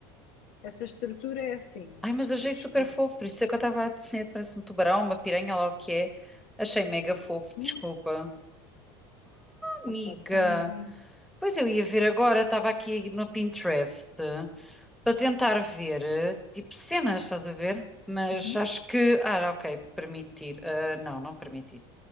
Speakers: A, on the left; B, in the centre.
A: essa estrutura é assim.
B: Ai, mas achei
A: Podes
B: super
A: fazer.
B: fofo, por isso é que eu estava a dizer, parece um tubarão, uma piranha, lá o que é. Achei mega fofo,
A: Não,
B: desculpa. Amiga,
A: opa, tens.
B: pois eu ia ver agora, estava aqui no Pinterest para tentar ver, eh, tipo, cenas, estás a ver? Mas
A: Uhum.
B: acho que, ah, ok, permitir, Ah, não, não permitir.